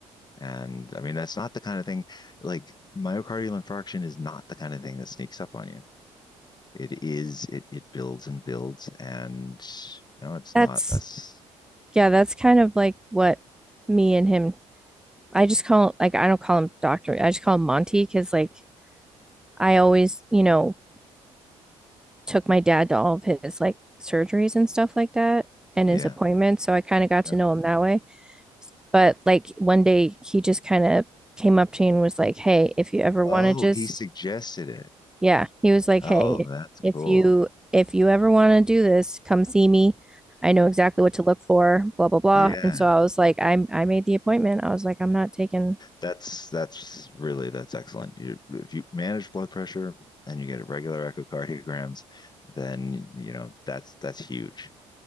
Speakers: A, on the left; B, in the centre.
A: And I mean, that's not the kind of thing like myocardial infarction is not the kind of thing that sneaks up on you. It is it it builds and builds, and you know, it's
B: That's
A: not us.
B: yeah, that's kind of like what me and him I just call like I don't call him doctor. I just call him Monty because like I always, you know, took my dad to all of his like surgeries and stuff like that and
A: Yeah.
B: his appointments, so I kind of got
A: yeah.
B: to know him that way. But like one day he just kind of came up to me and was like, "Hey, if you ever
A: Oh,
B: want to just
A: he suggested it.
B: Yeah, he was like,
A: Oh,
B: "Hey,
A: that's
B: if
A: cool.
B: you if you ever want to do this, come see me. I know exactly what to look for, blah blah blah."
A: Yeah.
B: And so I was like, "I I made the appointment." I was like, "I'm not taking."
A: that's that's really that's excellent. You, if you manage blood pressure and you get regular echocardiograms, then you know that's that's huge.